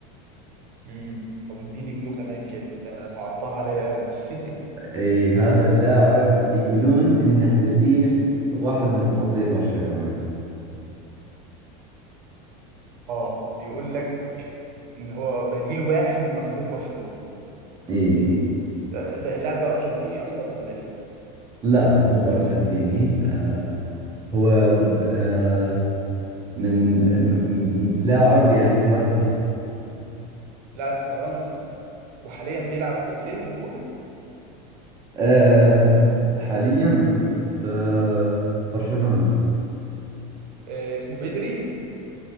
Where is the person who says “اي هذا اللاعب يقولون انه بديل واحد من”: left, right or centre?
Right